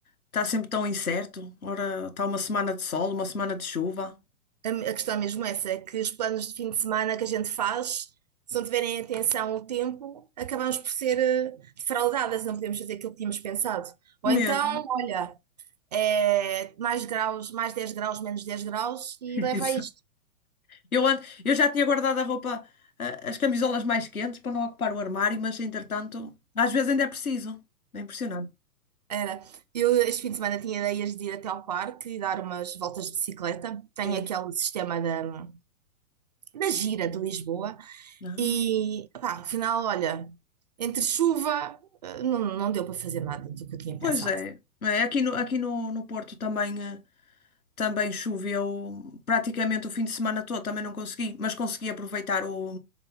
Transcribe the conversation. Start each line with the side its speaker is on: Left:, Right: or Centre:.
Left: está sempre tão incerto. Ora, está uma semana de sol, uma semana de chuva.
Right: A, a questão mesmo é essa, é que os planos de fim de semana que a gente faz, se não tiverem atenção ao tempo, acabamos por ser eh, defraudadas, não podemos fazer aquilo que tínhamos pensado. Ou
Left: Mesmo.
Right: então, olha, é mais graus, mais 10 graus, menos 10 graus e
Left: <laughs>
Right: leva
Left: Isso.
Right: a isto.
Left: Eu, ando- eu já tinha guardado a roupa, a- as camisolas mais quentes para não ocupar o armário, mas entretanto, às vezes ainda é preciso. É impressionante.
Right: Era. Eu este fim de semana tinha ideias de ir até ao parque e dar umas voltas de bicicleta. Tenho
Left: Sim.
Right: aquele sistema da, da gira de Lisboa
Left: Ah,
Right: E, pá, afinal, olha, entre chuva, eh, não, não deu para fazer nada do que eu tinha
Left: pois
Right: pensado.
Left: é. É, aqui no, aqui no, no Porto também. eh, também choveu praticamente o fim de semana todo, também não consegui, mas consegui aproveitar o,